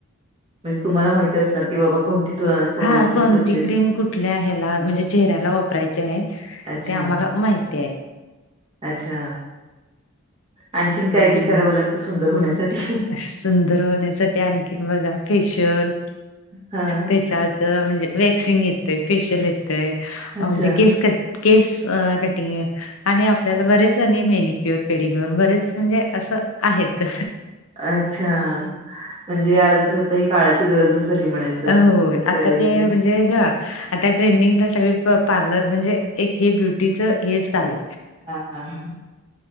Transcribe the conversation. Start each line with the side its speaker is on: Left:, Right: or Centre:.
Right: म्हणजे तुम्हाला माहिती असणार की बाबा कोणती कोठले
Left: हां कोणती
Right: त्चेस
Left: क्रीम कुठल्या ह्याला म्हणजे चेहऱ्याला वापरायचे आहे.
Right: अच्छा,
Left: ते आम्हाला माहिती आहे
Right: अच्छा आणखीन काय-काय
Left: आणि
Right: करावं
Left: मी
Right: लागतं सुंदर होण्यासाठी?
Left: सुंदर होण्यासाठी आणखीन बघा फेशियल
Right: हां.
Left: त्याच्यात म्हणजे वॅक्सिन येत फेशिल इेत
Right: अच्छा,
Left: अ ज कस क केस कटिंग आणि आपल्याला बरेच आणि मेनिक्युअर, पेडिक्युअर बरेच म्हणजे असं आहेत
Right: अच्छा म्हणजे आज आता ह काळाची गरजच झाली म्हणायचं
Left: होय
Right: करायचे.
Left: आता ते म्हणजे ह आता ट्रेंडिंगला सग पार्लर म्हणजे एक हे ब्युटीच हेच झाले.
Right: हा हा हा.